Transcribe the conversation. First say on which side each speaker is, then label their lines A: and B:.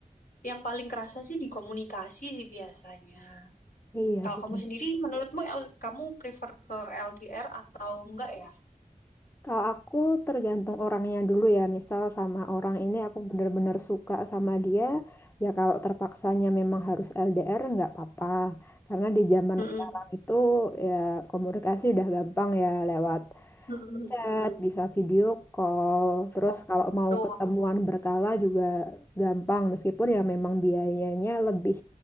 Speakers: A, on the left (about 85°); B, on the left (about 15°).
A: yang paling kerasa sih di komunikasi sih biasanya.
B: Iya
A: Kalau
B: sih
A: kamu sendiri, menurutmu L- kamu prefer ke LDR atau enggak ya?
B: Kalau aku tergantung orangnya dulu ya, misal sama orang ini aku bener-bener suka sama dia, ya kalau terpaksanya memang harus LDR nggak apa-apa. Karena di zaman
A: Mm-mm.
B: sekarang itu ya komunikasi udah gampang ya lewat
A: Mm-mm.
B: chat, bisa video call, terus
A: Oh,
B: kalau mau
A: tuh
B: ketemuan berkala juga gampang meskipun ya memang biayanya lebih